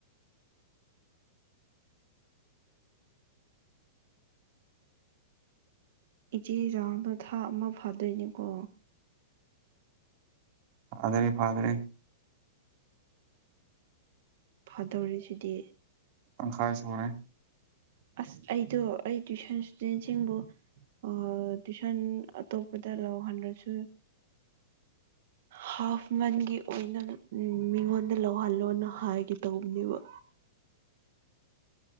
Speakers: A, on the right; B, on the right.
A: ꯏꯆꯦ ꯏꯖꯥꯎꯗ ꯊꯥ ꯑꯃ ꯐꯥꯗꯣꯏꯅꯤꯀꯣ
B: ꯐꯥꯗꯔꯦ ꯐꯥꯗꯔꯦ
A: ꯐꯥꯗꯧꯔꯤꯁꯤꯗꯤ
B: ꯇꯪꯈꯥꯏ ꯁꯨꯔꯦ
A: ꯑꯁ ꯑꯩꯗꯣ ꯑꯩ ꯇꯨꯏꯁꯟ ꯏꯁꯇꯨꯗꯦꯟꯁꯤꯡꯕꯨ ꯑ ꯇꯨꯏꯁꯟ ꯑꯇꯣꯞꯄꯗ ꯂꯧꯍꯟꯂꯁꯨ
B: <inaudible>
A: ꯍꯥꯐ ꯃꯟꯒꯤ ꯑꯣꯏꯅ ꯃꯤꯉꯣꯟꯗ ꯂꯧꯍꯜꯂꯣꯅ ꯍꯥꯏꯒꯦ ꯇꯧꯕꯅꯦꯕ